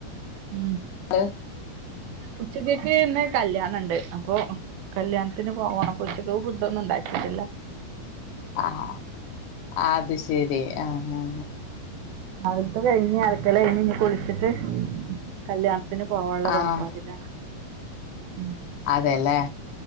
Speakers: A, on the right; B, on the left.
A: മ്
B: അത്
A: ഉച്ചക്ക്ക്ക്ന്നെ കല്യാണ ഉണ്ട് അപ്പൊ കല്യാണത്തിന് പോകണം അപ്പൊ ഉച്ചക്ക്ക്ക് ഫുഡ ഒന്നും ഉണ്ടാ ഉണ്ടാകില്ല കിട്ടില്ല
B: ആഹ അത് ശരി ആഹ്
A: അത്തെ കഴിഞ്ഞ് അലക്കൽ കഴിഞ്ഞ് ഇനി കുളിച്ചിട്ട് കല്യാണം ത്തിന് പോവാനുള്ള
B: ആഹ്
A: പൊറപ്പാടില്ല
B: ആഹ്
A: ഉം
B: അതെല്ലേ